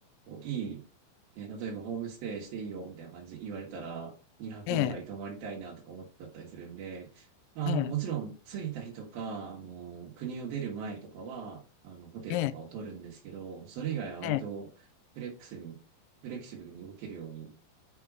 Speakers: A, on the right; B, on the left.
A: いい、えー例えばホームステイしていいよみたいな感じ言われたら2泊ぐらい泊まりたいなとか思ってたりするんで、
B: ええ、
A: あの、
B: ええ、
A: もちろん着いた日とか、あの、国を出る前とかは、あの、ホテルとかを取るんですけど、
B: ええ、
A: それ以外は割とフレックスに、
B: ええ。
A: フレキシブルに動けるように、